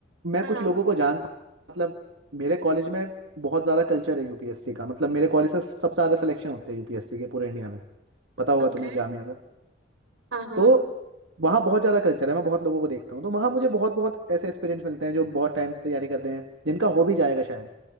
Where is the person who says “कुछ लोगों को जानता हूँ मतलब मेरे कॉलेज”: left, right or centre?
Right